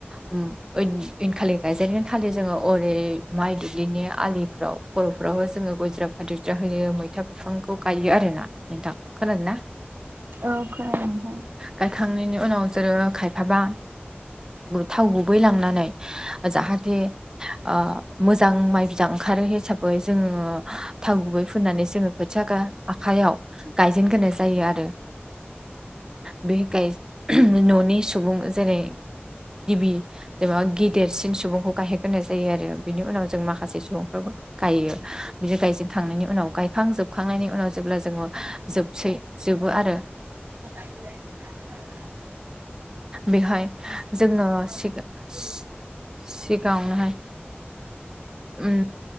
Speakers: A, on the right; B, on the right.
A: उम ऐदिनखालि गायजेगोन खालि जोङो ओरै माइ दुब्लिनि आलिफ्राव खर'फ्रावबो जोङो गय जरा फाथै बुरजा होयो मैथा बिफांखौ गायो आरोना नोंथां खोनादों ना?
B: औ खोनादों नोंथां।
A: गायखांनायनि उनाव जोरो खायफाबा थाव गुबै लांनानै जाहाथे ओह मोजां माइ बिदां ओंखारो हिसाबै जोङो थाव गुबै फुननानै जोङो खोथिया आखाइयाव गायजेनग्रोनाय जायो आरो बे गाय <unintelligible> न'नि सुबुं जेरै गिबि जेनेबा गेदेरसिन सुबुंखौ गाहोग्रोनाय जायो आरो बिनि उनाव जों माखासे सुबुंफ्राबो गायो बिदि गायजेनखांनायनि उनाव गायखांजोबखांनायनि उनाव जेब्ला जोङो जोबसै जोबो आरो।
B: <unintelligible>
A: बेहाय जोङो सिगां-सिगाङावनोहाय उम